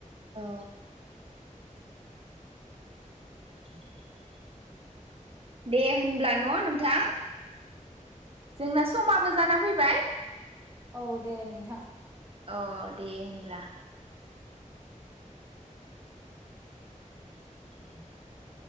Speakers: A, on the right; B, on the right.
A: औ <inaudible> दे होनब्ला न' नोंथां जोंना समाबो जाना फैबाय
B: औ दे नोंथां
A: अ दे होमब्ला <inaudible>